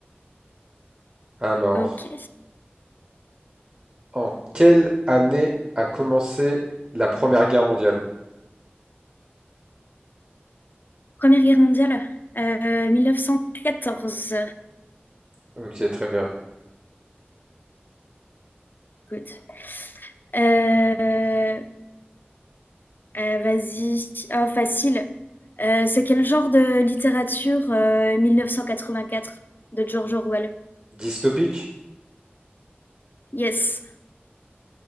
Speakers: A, on the right; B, on the left.
A: Alors,
B: Ok.
A: en quelle année a commencé la Première Guerre mondiale?
B: Première guerre mondiale, euh, 1914.
A: Ok, très bien.
B: Good. Euh, euh, vas-y. Oh, facile. Euh, c'est quel genre de littérature euh, 1984 de George Orwell?
A: Dystopique?
B: Yes.